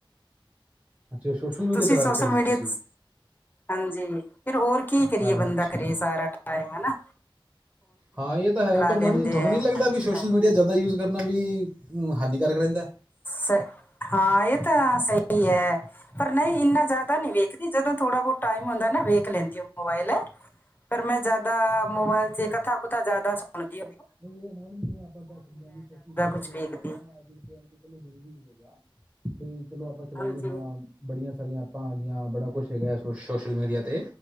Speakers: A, on the right; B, on the left.
A: ਅੱਛਾ ਸੋਸ਼ਲ ਮੀਡੀਆ
B: ਤੁਸੀਂ
A: ਚਲਾ
B: ਸੋਸ਼ਲ
A: ਰੱਖਿਆ
B: ਮੀਡੀਆ
A: ਸੀ ਤੁਸੀਂ
B: ਹਾਂਜੀ ਫਿਰ ਹੋਰ ਕੀ ਕਰੀਏ
A: ਅੱਛਾ
B: ਬੰਦਾ ਕਰੇ ਸਾਰਾ ਟਾਈਮ ਹਨਾ
A: ਹਾਂ ਇਹ ਤਾਂ ਹੈ ਪਰ
B: ਲੈਂਦੇ
A: ਮੈ ਤੁਹਾਨੂੰ
B: ਆ
A: ਨੀ ਲੱਗਦਾ
B: ਹਾਂਜੀ
A: ਵੀ ਸੋਸ਼ਲ
B: ਹਾਂ
A: ਮੀਡੀਆ ਜ਼ਿਆਦਾ ਯੂਜ ਕਰਨਾ ਵੀ ਹਾਨੀਕਾਰਕ ਰਹਿੰਦਾ
B: ਸ ਹਾਂ ਇਹ ਤਾਂ ਸਹੀ ਹੈ ਪਰ ਨਹੀਂ ਇੰਨਾ ਜ਼ਿਆਦਾ ਨਹੀਂ ਵੇਖਦੀ ਜਦੋਂ ਥੋੜ੍ਹਾ ਬਹੁਤ ਟਾਈਮ ਹੁੰਦਾ ਨਾ ਵੇਖ ਲੈਂਦੀ ਮੋਬਾਇਲ ਪਰ, ਮੈਂ ਜਿਆਦਾ ਮੋਬਾਇਲ ਚ ਕਥਾ ਕੁਥਾ ਜਿਆਦਾ ਸੁਣਦੀ ਹ।
A: ਨਹੀਂ ਇਹ ਨਾ, ਮੈਮ ਜਿਵੇਂ ਆਪਾਂ ਕਹਿ ਸਕਦੇ ਹਾਂ ਵੀ ਸੋਸ਼ਲ ਮੀਡੀਆ
B: ਕੁਛ
A: ਜਿਹੜਾ
B: ਵੇਖਦੀ
A: ਹੈ ਨਾ ਚਲੋ ਜ਼ਰੂਰੀ ਵੀ ਹੋ ਗਿਆ। ਬਈ ਚਲੋ ਆਪਾਂ
B: ਹਾਂਜੀ
A: ਚਲਾਉਂਦੇ ਹਾਂ। ਬੜੀਆਂ ਸਾਰੀਆਂ ਆਪਾਂ ਆ ਗਈਆਂ ਬੜਾ ਕੁਛ ਹੈਗਾ ਸੋ ਸ਼ੋਸ਼ਲ ਮੀਡੀਆ 'ਤੇ